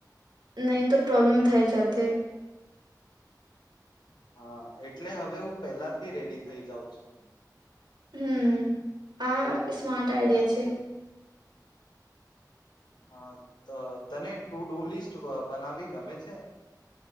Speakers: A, on the right; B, on the left.
A: નહી તો પ્રોબ્લેમ થાય છે. <unintelligible>
B: હા એટલે હવે હું પેલાથી રેડી થઇ જાઉં છું.
A: હમ આ સ્માર્ટ આઈડિયા છે.
B: હા તને ટુ ડુ લિસ્ટ બનાવી ગમે છે?